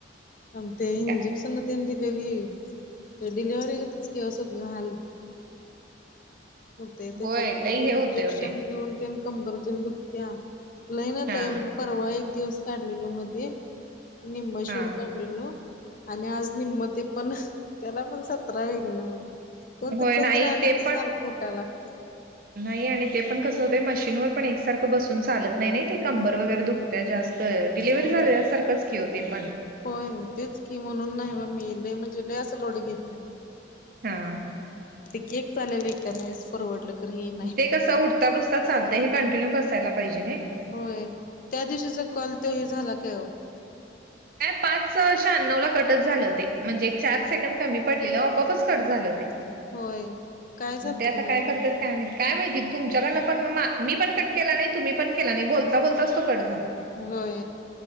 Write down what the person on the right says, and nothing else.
काय
होय लई
हे
होते होते
हा
हा
होय
नाही
ते
पण
नाही आणि ते पण कसं होतं, मशीनवर पण एकसारखं बसून चालत नाही. ते कंबर वगैरे दुखत जास्त. डिलेवरी
झाले सारखंच की होते पण.
हा.
ते कसं उठता- बसता चालतय, हे कंटिन्यू बसायला पाहिजे नी.
पाच श्याण्णवला कटच झालं ते म्हणजे एक चार सेकंड कमी पडलेलं आपोआपच कट झालं ते.
मग ते आता
काय
करतात
काय माहित? काय माहिती तुमच्याकडनं पण मी पण कट केला नाही तुम्ही पण केला नाही बोलता बोलताच तो कट झाला.